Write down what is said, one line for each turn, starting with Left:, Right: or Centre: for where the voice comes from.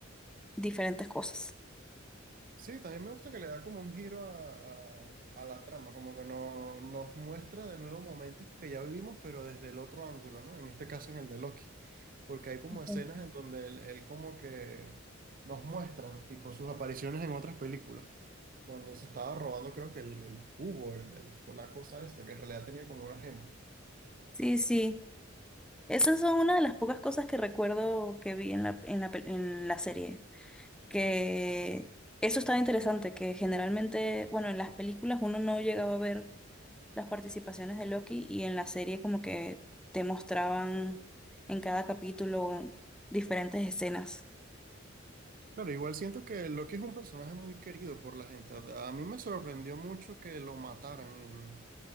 Centre: diferentes cosas.
Right: Sí, también me gusta que le da como un giro a, a- a la trama, como que no, nos muestra de nuevo momentos que ya vivimos, pero desde el otro ángulo, ¿no? En este caso en el de Loki. porque hay como
Centre: Ok.
Right: escenas en donde él, él como que nos muestran, tipo, sus apariciones en otras películas. Cuando se estaba robando, creo que el, el cubo, el, el- la cosa esta, que en realidad tenía como una gema.
Centre: Sí, sí. Esas son una de las pocas cosas que recuerdo que vi en la, en la, pel- en la serie. Que eso estaba interesante, que generalmente, bueno, en las películas uno no llegaba a ver las participaciones de Loki y en la serie como que te mostraban en cada capítulo diferentes escenas.
Right: Claro, igual siento que Loki es un personaje muy querido por la gente. A a mí me sorprendió mucho que lo mataran en,